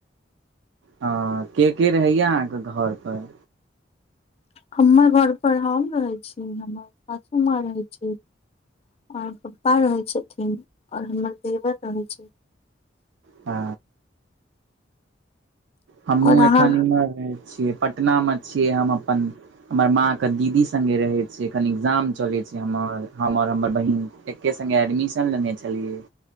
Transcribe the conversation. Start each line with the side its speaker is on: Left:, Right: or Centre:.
Right: हँ के के रहैया अहाँके घर पर
Left: हमर घरपर हम रहैत छी हमर सासु माँ रहै छै और पप्पा रहे छथिन और हमर देवर रहे छै।
Right: आ। हमहूँ
Left: और
Right: एखन
Left: अहाँ
Right: एम्हर रह छियै पटनामे छियै हम अपन हमर माँ के दीदी सङ्गे रहै छै कनि एजाम चलै छै हमर हम आओर हमर बहन एके संघे एडमिशन लेने छलियै